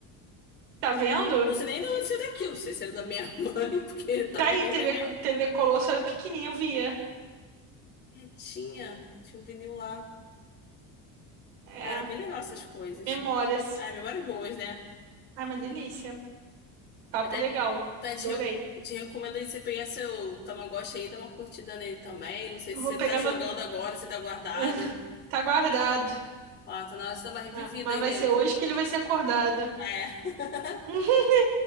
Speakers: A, on the right; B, on the left.
A: Tá vendo?
B: Não sei nem de onde saiu daquilo. Não sei se era da minha <laughs> mãe, porque também
A: Tá aí, TV,
B: da minha
A: co- TV Colosso era pequenininha, eu via.
B: netinha. Tinha um vinil lá.
A: É,
B: Ah, era bem legal essas coisas.
A: memórias.
B: Ah, é memórias boas, né?
A: Ai, uma delícia. Papo
B: Até,
A: legal.
B: até te,
A: Adorei.
B: re- te recomendo aí você pegar seu Tamagotchi aí e dar uma curtida nele também. Não sei
A: Eu
B: se
A: Vou
B: você
A: pegar
B: tá jogando
A: meu.
B: agora, se tá guardado.
A: <laughs> Tá guardado.
B: Ó, tá na hora de dar uma revivida
A: Ah, Mas
B: aí
A: vai
B: nele.
A: ser hoje que ele vai ser acordado.
B: É. <laughs>
A: <laughs>